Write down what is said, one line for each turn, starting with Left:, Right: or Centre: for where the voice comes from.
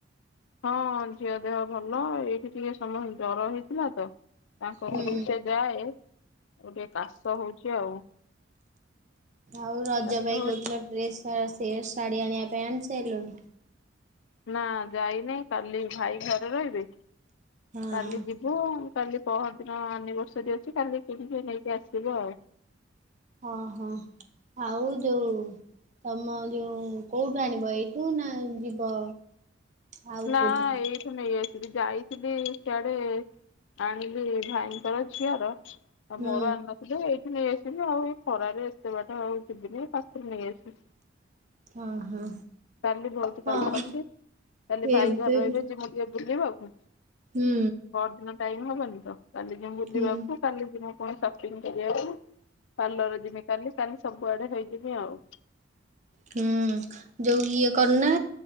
Left: ହଁ ଝିଅ ଦେହ ଭଲ ଏଇଠି ଟିକେ ସମସ୍ତେ ଜର ହେଇଥିଲା ତ। ତାଙ୍କ
Right: ହୁଁ
Left: ଘରକୁ ସେ ଯାଏ ତାକୁ ଟିକେ କାଶ ହଉଚି ଆଉ।
Right: ଆଉ ରଜ
Left: କାଶ
Right: ପାଇଁ
Left: ହଉ
Right: କହୁଥିଲ ଡ୍ରେସ ସେ ସେ ଶାଢୀ ଆଣିବା ପାଇଁ ଆଣି ସାଇଲଣି।
Left: ନା ଯାଇନାହିଁ କାଲି ଭାଇ ଘରେ ରହିବେ
Right: ହଁ
Left: କାଲି ଯି ହୁ କାଲି ପହର ଦିନ ଆନିଭର୍ସରୀ ଅଛି କାଲି କିଣିକି ନେଇକି ଆସିବ ଆଉ।
Right: ଓ ହୋ ଆଉ ଯୋଉ ତମ ଯୋଉ କୋଉଠୁ ଆଣିବ ଏଇଠୁ ନା ଯିବ ଆଉ
Left: ନା
Right: କୋଉଠିକି?
Left: ଏଇଠୁ ନେଇ ଆସିବି ଯାଇଥିଲି ସିଆଡେ ଆଣିଲି ଭାଇଙ୍କର ଝିଅର। ଆଉ
Right: ହୁଁ
Left: ମୋର ଆଣିନଥିଲି ଏଇଠୁ ନେଇ ଆସିବି ଆଉ। ଏଇ ଖରାରେ ଏତେ ବାଟ ଆଉ ଯିବିନି ପାଖରୁ ନେଇ ଆସିବି।
Right: ଅଁ ହଁ।
Left: କାଲି ବହୁତ
Right: ହଁ
Left: କାମ ଅଛି କାଲି
Right: ଏବେ
Left: ଭାଇ ଘରେ ରହିବେ
Right: ବି
Left: ଯିମୁ ଟିକେ ବୁଲିବାକୁ।
Right: ହୁଁ।
Left: ପହର ଦିନ ଟାଇମ ହବନି ତ, କାଲି ଯିବୁ ବୁଲିବାକୁ
Right: ହୁଁ
Left: କାଲି ଯିମୁ ପୁଣି ସପିଙ୍ଗ କରିବାକୁ। ପାର୍ଲର ଯିବି କାଲି କାଲି ସବୁଆଡେ ହେଇଯିମି ଆଉ।
Right: ହୁଁ ଯୋଉ ଇଏ କରୁନା,